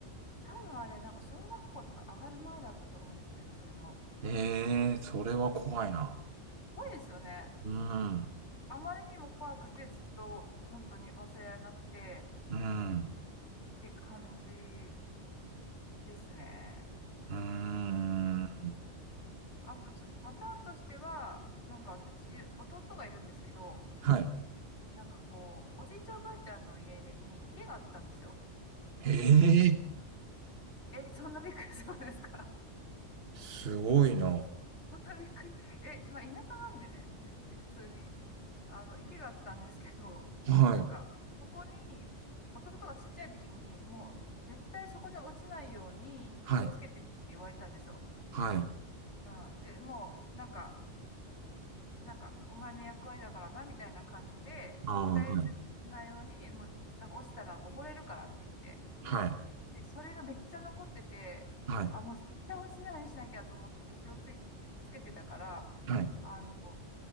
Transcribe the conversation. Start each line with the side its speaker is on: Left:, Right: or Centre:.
Left: 多分あれ、なんか小学校とか上がる前だったと思うんですけど、それも。
Right: い。ええ、それは怖いな。
Left: うん怖いですよね。
Right: うん、
Left: あまりにも怖くてずっと本当に忘れられなくて
Right: うん、
Left: うんって感じですね。
Right: うん。
Left: うん。あとちょっとパターンとしては、なんか私、弟がいるんですけど、
Right: はい。
Left: なんかこう、おじいちゃんおばあちゃんの家に池があったんですよ。
Right: へえ、
Left: なんか、え、そんなびっくりするんですか
Right: すごいな。
Left: 本当にびっくり。え、まあ、田舎なんでね、別に普通に、あの、池があったんですけど、
Right: はい、
Left: なんか、そこに、弟がちっちゃい時に、もう、絶対そこに落ちないように気をつけてねって言われたんですよ。
Right: はい、はい。
Left: うん。で、もう、なんか、なんか、お前の役割だからな、みたいな感じで、絶対ね落ちないように、
Right: ああ、はい、
Left: もう、なんか落ちたら溺れるからって言って。
Right: はい、
Left: で、それがめっちゃ残ってて、
Right: はい、
Left: あ、もう絶対落ちないようにしなきゃと思って気をつけつけてたから、
Right: はい。
Left: あの、